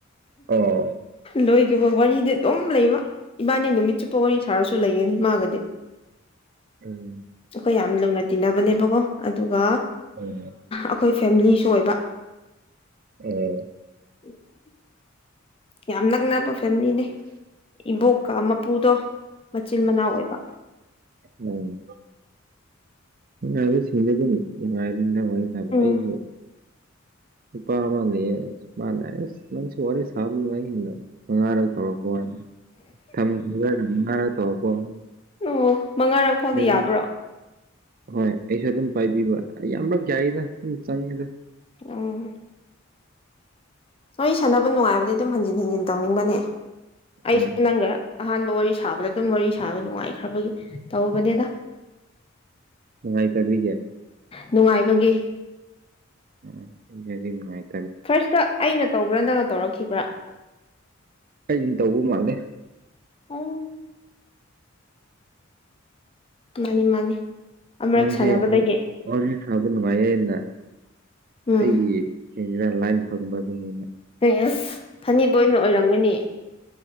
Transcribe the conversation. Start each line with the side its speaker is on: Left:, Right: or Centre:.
Right: ꯑꯣ
Left: ꯂꯣꯏꯈꯤꯕ ꯋꯥꯔꯤꯗꯤ ꯑꯗꯨꯝ ꯂꯩꯕ ꯏꯕꯥꯟꯅꯤ ꯆꯨꯞꯄ ꯋꯥꯔꯤ ꯁꯥꯔꯁꯨ ꯂꯩꯒꯅꯤ ꯃꯥꯒꯗꯤ꯫
Right: ꯎꯝ
Left: ꯑꯈꯣꯏ ꯌꯥꯝ ꯂꯨꯅ ꯇꯤꯟꯅꯕꯅꯦꯕꯀꯣ ꯑꯗꯨꯒ
Right: ꯎꯝ
Left: ꯑꯈꯣꯏ ꯐꯦꯃꯤꯂꯤꯁꯨ ꯑꯣꯏꯕ꯫
Right: ꯎꯝ
Left: <inaudible> ꯌꯥꯝ ꯅꯛꯅꯕ ꯐꯦꯝꯂꯤꯅꯦ ꯏꯕꯣꯛꯀ ꯃꯄꯨꯗꯣ ꯃꯆꯤꯟ ꯃꯅꯥꯎ ꯑꯣꯏꯕ꯫
Right: ꯎꯝ ꯅꯨꯡꯉꯥꯏꯕꯁꯤꯡꯁꯦ ꯑꯗꯨꯝ ꯅꯨꯡꯉꯥꯏꯕꯅꯤꯗ ꯋꯥꯔꯤ ꯁꯕꯗ
Left: ꯎꯝ
Right: ꯑꯩꯁꯨ, ꯅꯨꯄꯥ ꯑꯃ ꯂꯩꯌꯦ ꯃꯥꯅ ꯑꯁ ꯅꯪꯁꯨ ꯋꯥꯔꯤ ꯁꯥꯕ ꯅꯨꯡꯉꯥꯏꯌꯦꯅ꯫ ꯃꯉꯥꯔꯛ ꯇꯧꯔꯛꯄ ꯋꯥꯅꯤ ꯊꯝ ꯃꯉꯥꯔꯛ ꯇꯧꯔꯛꯄ ꯋꯥꯅꯤ꯫
Left: ꯑꯣ ꯃꯉꯥꯔꯛ ꯐꯥꯎꯗꯤ
Right: ꯖꯔꯅꯤ
Left: ꯌꯥꯕ꯭ꯔꯣ?
Right: ꯍꯣꯏ ꯑꯩꯁꯨ ꯑꯗꯨꯝ ꯄꯥꯏꯕꯤꯕ ꯌꯥꯝꯔꯛ ꯌꯥꯏꯗ ꯑꯗꯨꯝ ꯆꯪꯉꯦꯗ꯫
Left: ꯑꯣ꯫ ꯋꯥꯔꯤ ꯁꯥꯟꯅꯕ ꯅꯨꯡꯉꯥꯏꯕꯗꯤ ꯑꯗꯨꯝ ꯍꯟꯖꯤꯟ ꯍꯟꯖꯤꯟ ꯇꯧꯅꯤꯡꯕꯅꯦ ꯑꯩꯁꯨ
Right: ꯍꯣꯏ
Left: ꯅꯪꯒ ꯑꯍꯥꯟꯕ ꯋꯥꯔꯤ ꯁꯥꯕꯗ ꯑꯗꯨꯝ ꯋꯥꯔꯤ ꯁꯥꯕ ꯅꯨꯡꯉꯥꯏꯈ꯭ꯔꯕꯒꯤ ꯇꯧꯕꯅꯦꯗ꯫
Right: ꯅꯨꯡꯉꯥꯏꯇꯗꯤꯒꯦ꯫
Left: ꯅꯨꯡꯉꯥꯏꯕꯒꯤ꯫
Right: <inaudible> ꯅꯨꯉꯥꯏ
Left: ꯐꯥꯔꯁꯇ ꯑꯩꯅ ꯇꯧꯕ꯭ꯔꯥ ꯅꯪꯅ ꯇꯧꯔꯛꯈꯤꯕ꯭ꯔꯥ
Right: ꯑꯩꯅ ꯇꯧꯕ ꯃꯥꯜꯂꯦ
Left: ꯑꯣ ꯃꯥꯅꯤ ꯃꯥꯅꯤ ꯑꯃꯔꯛ
Right: ꯅꯪꯁꯦ
Left: ꯁꯥꯟꯅꯕꯗꯒꯤ
Right: ꯑꯣ ꯋꯥꯔꯤ ꯁꯥꯕ ꯅꯨꯡꯉꯥꯏꯌꯦꯅ
Left: ꯎꯝ
Right: ꯑꯩꯒꯤ ꯁꯤꯅ ꯂꯥꯏꯟ ꯐꯪꯕ ꯑꯗꯨꯒꯤꯅꯦ
Left: ꯑꯦꯁ ꯐꯅꯤ ꯕꯣꯏꯅ ꯑꯣꯏꯔꯝꯒꯅꯤ